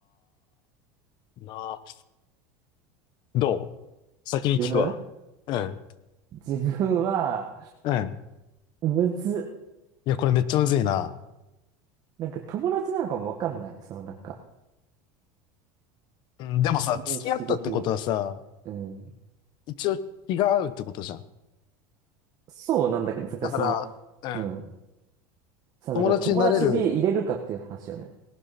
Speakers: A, on the left; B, on the right.
A: な、どう先に聞くわ。
B: 自分
A: うん。
B: 自分は、
A: うん。
B: むずっ。
A: いや、これめっちゃむずいな。
B: なんか友達なのかもわかんない。そのなんか、
A: うん、でもさ、付き合ったってことはさ、
B: 認識的に。うん。
A: 一応気が合うってことじゃん。
B: そうなんだけど、だからその、
A: だから、
B: うん。
A: うん。
B: そう、
A: 友達になれる。
B: だから友達で入れるかっていう話よね。